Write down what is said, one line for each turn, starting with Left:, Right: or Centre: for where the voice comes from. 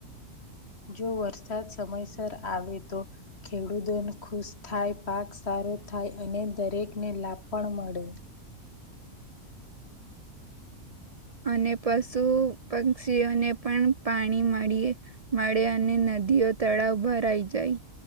Left: જો વરસાદ સમયસર આવે તો ખેડૂતોને ખુશ થાય પાક સા રો થાય અને દરેક ને લાભ પણ મળે
Right: અને પશુ પક્ષીઓને પણ પાણી મળી મળે અને ન દીઓ તળાવ ભરાઈ જાય